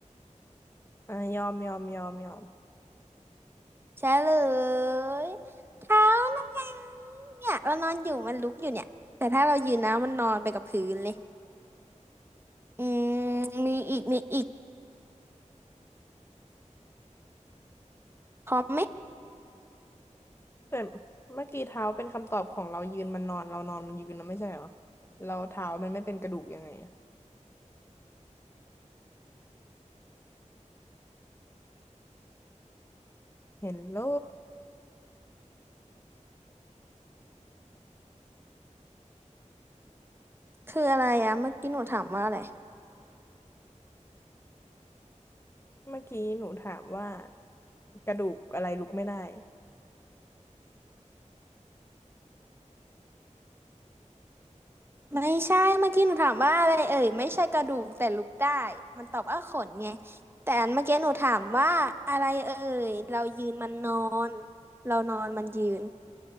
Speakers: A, on the left (about 20°); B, on the right (about 20°).
A: อ่ะยอมยอมยอมยอม
B: ใช่เลยเท้านั่นไงเนี่ยเรานอนอยู่มันลุกอยู่เนี่ยแต่ถ้าเรายืนนะมันนอนไปกับพื้นเลยอืมมีอีกมีอีกพร้อมไหม
A: แต่เมื่อกี้เท้าเป็นคำตอบของเรายืนมันนอนเรานอนมันยืนนะไม่ใช่เหรอเราเท้ามันไม่เป็นกระดูกยังไงอะเห็นโล
B: คืออะไรอะเมื่อกี้หนูถามว่าอะไร
A: เมื่อกี้หนูถามว่ากระดูกอะไรลุกไม่ได้
B: ไม่ใช่เมื่อกี้หนูถามว่าอะไรเอ่ยไม่ใช่กระดูกแต่ลุกได้มันตอบว่าขนไงแต่อันเมื่อกี้หนูถามว่าอะไรเอ่ยเรายืนมันนอนเรานอนมันยืน